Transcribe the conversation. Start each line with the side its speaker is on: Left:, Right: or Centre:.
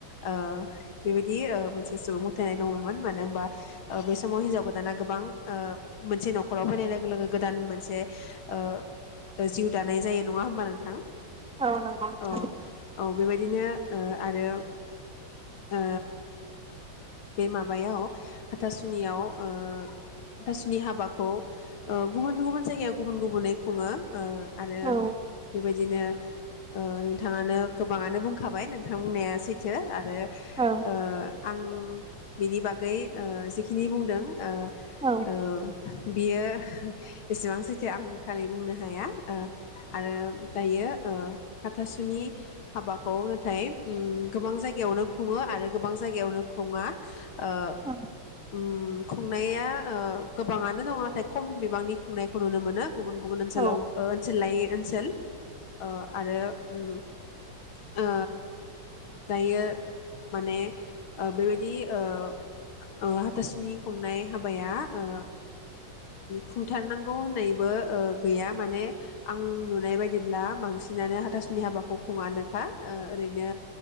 Left: आ बेबायदि ओ मोनसे जे सुबुं गोथायनाय दङमोन मानो होनबा ओ बे समाव हिनजाव गोदाना गोबां ओ मोनसे नखराव फैनाय लोगो लोगो गोदान मोनसे ओ जिउ दानाय जायो नङा होमबा नोंथां?
Centre: औ नंगौ नोंथां।
Left: औ औ बेबायदिनो ओ आरो ओ बे माबायाव हाथासुनियाव ओ हाथासुनि हाबाखौ ओ गुबुन गुबुन जायगायाव गुबुन गुबुनै खुङो। ओ आरो
Centre: औ
Left: बेबायदि बिदिनो ओ नोंथाङानो गोबाङानो बुंखाबाय नोंथां बुंनाया सैथो आरो
Centre: औ
Left: <unintelligible> ओ आं बिनि बागै ओ जिखिनि बुंदों ओ
Centre: औ
Left: ओ बियो बेसेबां सैथो आंथारै बुंनो हाया ओ आरो दायो ओ हाथासुनि हाबाखौ नाथाय उम गोबां जायगायावनो खुङो आरो गोबां जायगायावनो खुङा ओ
Centre: औ
Left: उम खुंनाया ओ गोबाङानो दङ नाथाय खम बिबांनि संनायखौ नुनो मोनो गुबुन गुबुन ओनसोलाव
Centre: औ
Left: ओ ओनसोल लायै ओनसोल ओ आरो उम ओ दायो माने ओ बेबायदि ओ ओ हाथासुनि खुंनाय हाबाया ओ खुंथारनांगौ होननायबो ओ गैया माने आं नुनाय बायदिब्ला बांसिनानो हाथास नि हाबाखौ खुङानोखा ओ ओरैनो